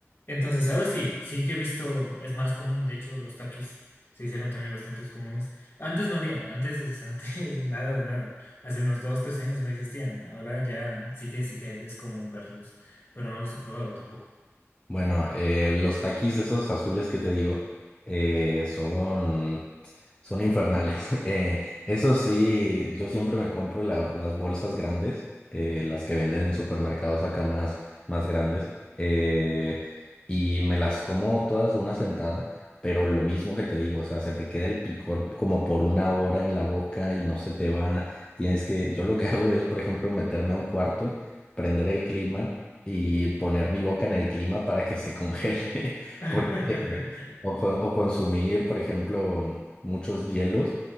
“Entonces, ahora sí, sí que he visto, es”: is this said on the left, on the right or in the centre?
Left